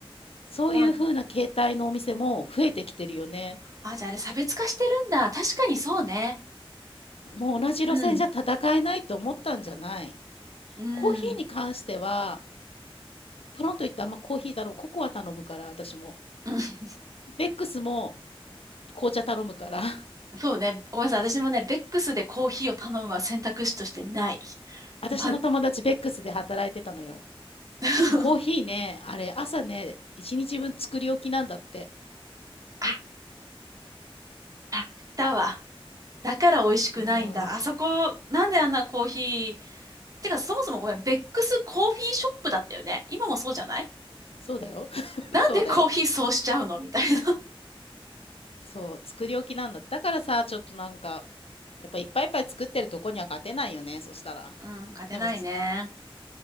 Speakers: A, on the left; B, on the right.
A: そういう風な形態のお店も増えてきてるよね。
B: うん。あ、じゃああれ差別化してるんだ。確かにそうね。
A: もう同じ路線じゃ戦えないって思ったんじゃない。
B: うん。うん。
A: コーヒーに関しては、
B: <laughs>
A: プロンと言ってあんまコーヒー頼む、ココア頼むから、私も。
B: うん
A: ベックスも紅茶頼むから。<laughs>
B: そうね。ごめんなさい。私もね、ベックスでコーヒーを頼むは選択肢としてない。
A: 私の友達ベックスで働いてたのよ。
B: ま、<laughs>
A: コーヒーね、あれ朝ね、一日分作り置きなんだって。
B: あ、あだわ。だから美味しくないんだ。
A: うん。
B: あそこ、なんであんなコーヒー。てか、そもそもごめん、ベックスコーヒーショップだったよね。今もそうじゃない
A: そうだよ。<laughs>
B: なんでコーヒーそうしちゃうのみたいな。
A: そうだよ。そう、作り置きなんだ。だからさ、ちょっとなんか、やっぱいっぱいいっぱい作ってるとこには勝てないよね、そしたら。
B: うん、勝てないね。
A: でも